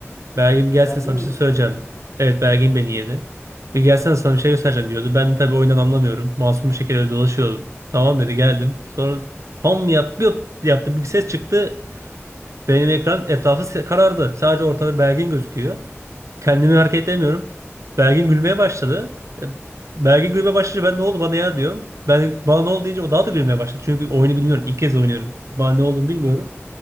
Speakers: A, on the right (about 85°); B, on the left (about 30°).
A: Belgin bir gelsene
B: Belgi
A: sana
B: mi
A: bir
B: yedi?
A: şey söyleyeceğim. Evet Belgin beni yedi. Bir gelsene sana bir şey göstereceğim diyordu. Ben de tabii oyundan anlamıyorum. Masum bir şekilde dolaşıyordum. Tamam dedi geldim. Sonra pam yap, bir yaptı bir ses çıktı. Benim ekran etrafı se- karardı. Sadece ortada Belgin gözüküyor. Kendimi hareket edemiyorum. Belgin gülmeye başladı. E, Belgin gülmeye başlayınca ben ne oldu bana ya diyorum. Ben bana ne oldu deyince o daha da gülmeye başladı. Çünkü oyunu bilmiyorum. İlk kez oynuyorum. Bana ne olduğunu bilmiyorum.